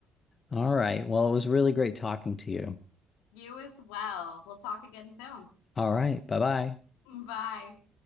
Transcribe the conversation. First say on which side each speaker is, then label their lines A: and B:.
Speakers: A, on the left; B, on the left.
A: All right. Well, it was really great talking to you.
B: <laughs> you as well. We'll talk again soon.
A: All right. Bye bye.
B: Bye.